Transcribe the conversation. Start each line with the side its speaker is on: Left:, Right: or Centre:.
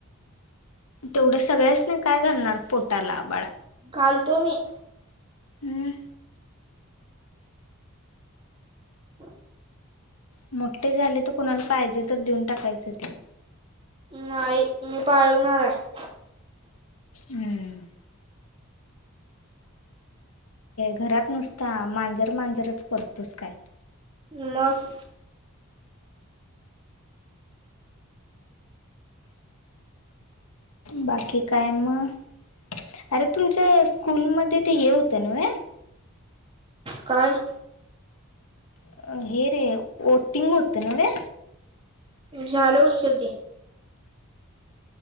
Left: तेवढं सगळच नाही काय घालणार पोटाला बाळा
Right: घालतो मी
Left: हम्म
Right: ब
Left: मोठे झाले तर कुणाला पाहिजे तर देऊन टाकायचं ते
Right: नाही मी पाळगणार आहे
Left: हम्म घरात नुसता मांजर मांजरच करतोस काय
Right: म मग
Left: बाकी काय मग अरे तुमच्या स्कूलमध्ये ते हे होतं ना
Right: काय
Left: अ हे रे ओटिंग होत नवहे
Right: झाल उषर्दी